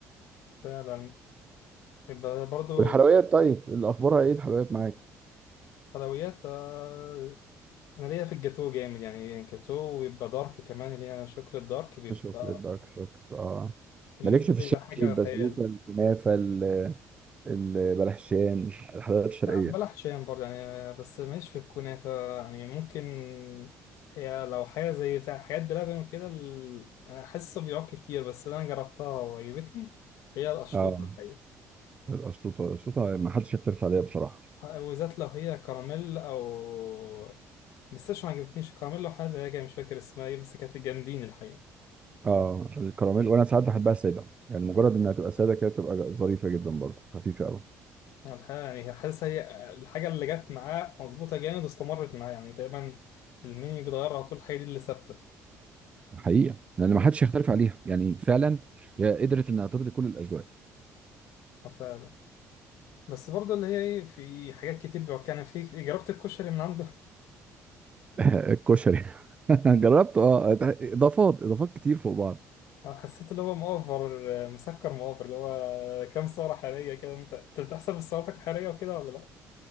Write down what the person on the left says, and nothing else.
فعلا يبقى برضه
حلويات آه، انا ليا في الجاتو جامد يعني جاتو ويبقى دارك كمان اللي هي شوكليت دارك بيبقى
بالنسبه
لي
ده حاجه
خيال
لا بلح شام برضه يعني بس ماليش في الكنافه يعني ممكن هي لو حاجه زي بتاع حاجات بلبن وكده ال... انا حاسه بيعك كتير بس اللي انا جربتها وعجبتني هي القشطوطه
الحقيقه
وبالذات لو هي كراميل او بس مش ما عجبتنيش الكراميل لو حاجه زيها كده مش فاكر اسمها ايه بس كانت جامدين الحقيقه
هو الحقيقة يعني حاسس هي الحاجة اللي جت معاه مظبوطة جامد واستمرت معاه يعني تقريبا المين بيتغير على طول الحاجة دي اللي ثابتة
فعلا بس برضه اللي هي ايه في حاجات كتير بيبقى يعني في جربت الكشري من عنده
<laughs> حسيت اللي هو مؤفر مسكر مؤفر اللي هو كام سعرة حرارية كده انت انت بتحسب السعرات الحرارية وكده ولا لا؟